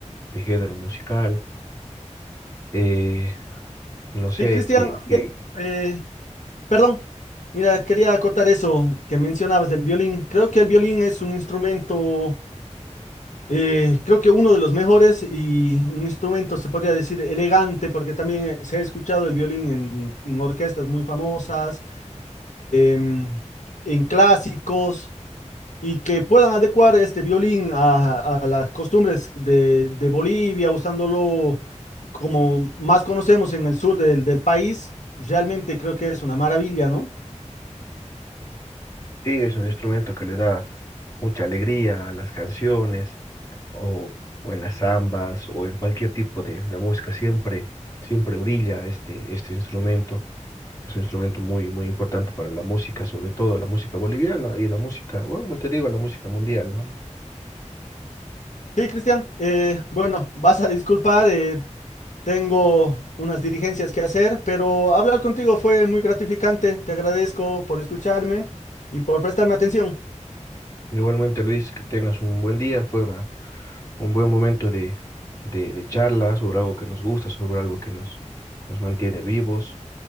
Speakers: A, on the left; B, on the left.
A: de género musical. Eh, No sé,
B: Sí, Cristian,
A: que,
B: oye,
A: que
B: eh, perdón. Mira, quería acotar eso que mencionabas del violín. Creo que el violín es un instrumento Eh, creo que uno de los mejores y un instrumento, se podría decir, elegante, porque también se ha escuchado el violín en, en orquestas muy famosas, em, en clásicos, y que puedan adecuar este violín a, a las costumbres de, de Bolivia, usándolo como más conocemos en el sur del, del país, realmente creo que es una maravilla, ¿no?
A: sí, es un instrumento que le da mucha alegría a las canciones o, o en las zambas o en cualquier tipo de, de música. Siempre, siempre brilla este, este instrumento. Es un instrumento muy, muy importante para la música, sobre todo la música boliviana y la música, bueno, como te digo, la música mundial, ¿no?
B: Sí, Cristian, eh, bueno, vas a disculpar, eh, Tengo unas dirigencias que hacer, pero hablar contigo fue muy gratificante. Te agradezco por escucharme y por prestarme atención.
A: Igualmente, Luis, que tengas un buen día. Fue una, un buen momento de, de, de charla sobre algo que nos gusta, sobre algo que nos, nos mantiene vivos.